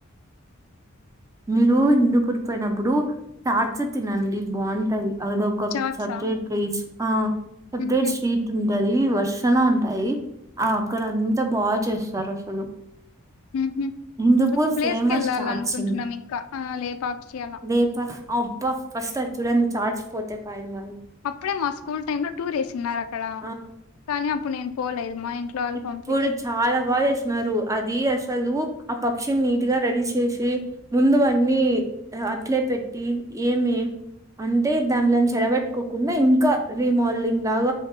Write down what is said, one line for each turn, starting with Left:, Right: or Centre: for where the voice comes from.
Right: మీరు హిందుపుర్ పోయినప్పుడు చార్ార్చ తినండి బాగుంటది అద ఒక
Left: చాట్సా
Right: సెపరేట్ క్రిచ్ ఆ సెపరేట్
Left: ఉహు
Right: స్ట్రీట్ ఉం టది వర్సణ ఉంటాయి ఆ అక్కడ అంతా బాగా చేస్తారు అసలు
Left: ఉహు
Right: హిందుపూర్
Left: ఒక ప్లేస్
Right: ఫేమస్
Left: కి వెళ్ళాలి
Right: చార్జ
Left: అనుకుంటున్నాం
Right: ఉంది
Left: ఇంకా ఆ లేపాక్షి అలా
Right: లేపా అ అబ్బా ఫస్ట్ అది చూడన్ చార్జ్ పోతెమాయేనే గని
Left: అప్పుడే మా స్కూల్ టైమ్ లో టూర్ వేసున్నారు అక్కడ
Right: ఆ!
Left: కానీ అప్పుడు నేను పోలేదు మా ఇంట్లో వాళ్ళు
Right: ఇప్పుడు
Left: పంపిలేదు
Right: చాలా బాగా చేస్తున్నారు అద్ ది అసలు ఆ పక్షిని నీట్ గా రెడీ చేసి ముందువన్నీ అట్లే పెట్టి ఏమి అంటే దాన్లన్ చెడబెట్టుకోకుండా ఇంకా రీమోల్డ్ లాగ